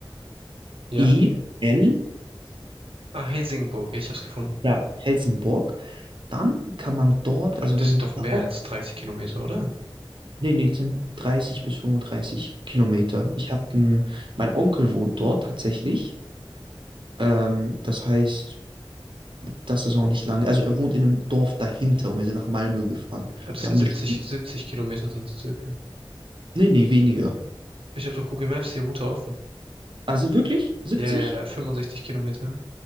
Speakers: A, on the right; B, on the right.
A: Ja?
B: H-E-L-S-I,
A: Ah, Helsingborg, ich hab's gefunden.
B: ja, Helsingborg. Dann kann man dort,
A: Weil
B: also
A: Das
B: wenn
A: sind doch mehr
B: dort,
A: als 30 Kilometer, oder?
B: nee, nee, es sind 30 bis 35 Kilometer. Ich habe, mein Onkel wohnt dort tatsächlich. Ähm, das heißt, das ist auch nicht lange. Also er wohnt in einem Dorf dahinter und wir sind nach Malmö gefahren.
A: Ah, Das
B: Wir haben
A: sind
B: eine,
A: 70,
B: Stunde-
A: 70 Kilometer sind es circa.
B: nee, nee, weniger.
A: Ich habe doch Google Maps die Route offen.
B: Also wirklich? 70?
A: Ja, ja, ja, 65 Kilometer.